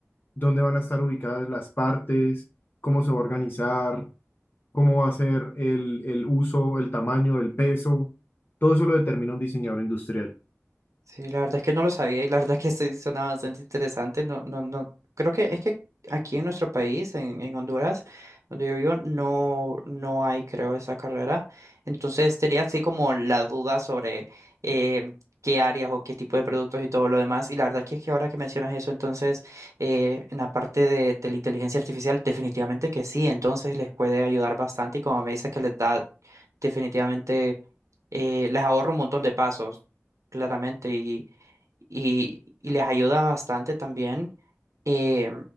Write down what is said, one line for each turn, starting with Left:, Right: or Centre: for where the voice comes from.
Left: dónde van a estar ubicadas las partes, cómo se va a organizar, cómo va a ser el, el uso, el tamaño, el peso, todo eso lo determina un diseñador industrial.
Right: Sí, la verdad es que no lo sabía y la verdad que sí suena bastante interesante. No, no, no. Creo que es que aquí en nuestro país, en, en Honduras, donde yo vivo, no, no hay, creo, esa carrera. Entonces tenía así como la duda sobre eh, qué áreas o qué tipo de productos y todo lo demás. Y la verdad que es que ahora que mencionas eso, entonces eh, en la parte de, de la inteligencia artificial, definitivamente que sí. Entonces les puede ayudar bastante y como me dices que les da definitivamente eh, les ahorra un montón de pasos claramente, y, y, y les ayuda bastante también. Eh,